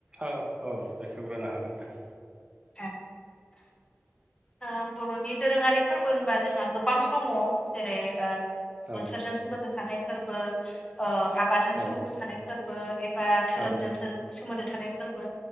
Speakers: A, on the right (about 20°); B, on the left (about 20°).
A: औ औ बेखेवग्रोनो हागोन दा
B: <unintelligible> आ बर'नि दोरोङारि फोरबो होनबा जोंहा गोबां दङ जेरै ओ
A: औ
B: बोसोरजों सोमोन्दो थानाय फोरबो आबादजों
A: औ
B: सोमोन्दो थानाय फोरबो एब बा धोरोमजों
A: औ
B: सोमोन्दो थानाय फोरबो